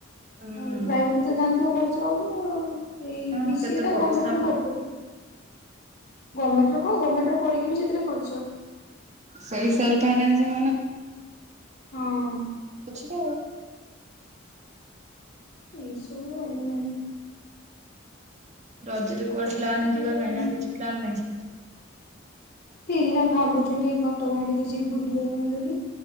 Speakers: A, on the right; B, on the left.
A: ହୁଁ
B: ଆଉ ପ୍ରାଇଭେଟ ତେ ଜାଣିଥିବ ଖର୍ଚ୍ଚ ଆଉ ଏଇ
A: ହଁ
B: ବି ସି
A: କେତେ
B: ଏ ଟା
A: ପଇସା
B: ଗର୍ମେଣ୍ଟରେ
A: ହୁଁ
B: କରୁଥେଲି। ଗର୍ମେଣ୍ଟରେ କଣ ଗର୍ମେଣ୍ଟ ରେ କରିକି ବି ସେଥିରେ ଖର୍ଚ୍ଚ।
A: ସେଇ ସେଲ୍ଫ୍ ଫାଇନାନ୍ସିଂ ମାନେ
B: ହଁ।
A: ଅଛି କ
B: ଏଇ ସବୁ ଆଉ ମାନେ
A: ରଜରେ କୁଆଡେ ପ୍ଲାନେ
B: ଆଉ।
A: ଯିବା ପାଇଁ ନା କିଛି ପ୍ଲାନ୍ ନାହିଁ?
B: ଥିଲା ଭାବୁଥିଲି ଘଟଗାଁ ଟିକେ ଯିବି ବୁଲି ଆଇମି ବୋଲି।